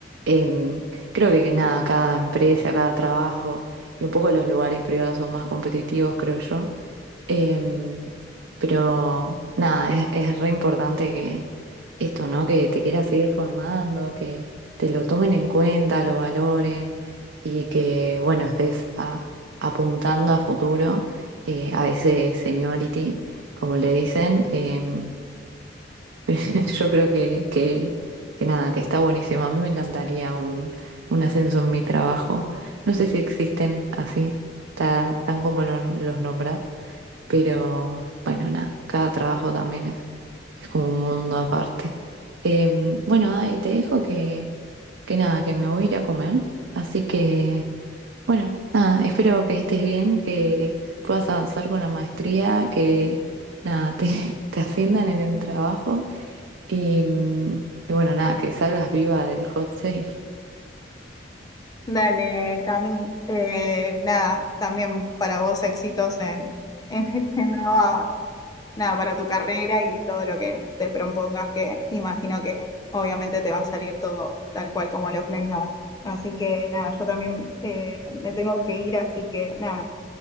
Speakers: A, on the right (about 80°); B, on the left (about 20°).
A: Em, creo que, que nada, cada empresa, cada trabajo y un poco los lugares privados son más competitivos, creo yo. Em, pero nada, es, es re importante que esto, ¿no? Que te quieras seguir formando, que te lo tomen en cuenta, lo valoren y que, bueno, estés a- apuntando a futuro, eh, a ese seniority, como le dicen. Em, <laughs> yo creo que, que, que nada, que está buenísimo. A mí me encantaría un, un ascenso en mi trabajo. No sé si existen así, ta- tan como lo- los nombras. Pero bueno, nada, cada trabajo también es, es como un mundo aparte. Em, bueno, Dai, te dejo que, que nada, que me voy a ir a comer. Así que, bueno, nada, espero que estés bien, que puedas avanzar con la maestría, que nada, te, <laughs> te asciendan en el trabajo y, mm, y bueno, nada, que salgas viva del hot sale.
B: Dale, Cami. Eh, nada, también para vos éxitos en, <laughs> en este nuevo, nada, para tu carrera y todo lo que te propongas, que imagino que obviamente te va a salir todo tal cual como lo planeabas. Así que nada, yo también eh, me tengo que ir, así que nada,